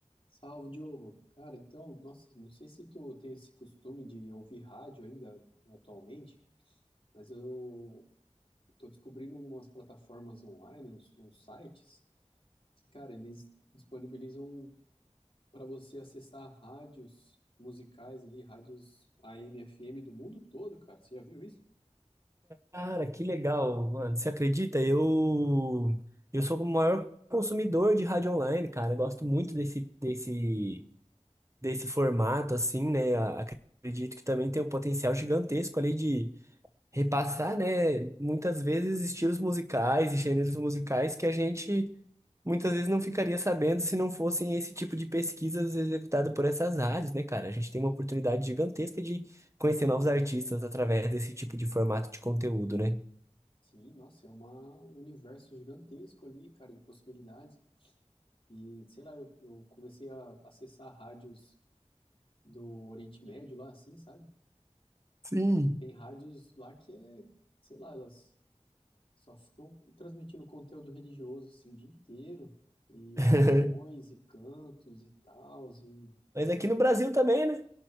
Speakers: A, on the left (about 50°); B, on the right (about 25°).
A: Salve, Diogo. Cara, então, nossa, não sei se tu tem esse costume de ouvir rádio ainda atualmente, mas eu tô descobrindo umas plataformas online, uns, uns sites, que, cara, eles disponibilizam para você acessar rádios musicais ali, rádios AM, FM do mundo todo, cara. Você já viu isso?
B: Cara, que legal, mano. Você acredita? Eu eu sou o maior consumidor de rádio online, cara. Eu gosto muito desse desse desse formato assim, né? A- Acredito que também tem um potencial gigantesco ali de repassar, né, muitas vezes estilos musicais e gêneros musicais que a gente muitas vezes não ficaria sabendo se não fossem esse tipo de pesquisas executadas por essas rádios, né, cara? A gente tem uma oportunidade gigantesca de conhecer novos artistas através desse tipo de formato de conteúdo, né?
A: Sim, nossa, é uma- um universo gigantesco ali, cara, de possibilidades. E, sei lá, eu, eu comecei a acessar rádios do Oriente Médio lá, assim, sabe?
B: Sim.
A: Tem rádios lá que é, sei lá, elas só ficam transmitindo conteúdo religioso assim o dia inteiro, e
B: <laughs>
A: orações e cantos e tal e
B: Mas aqui no Brasil também, né?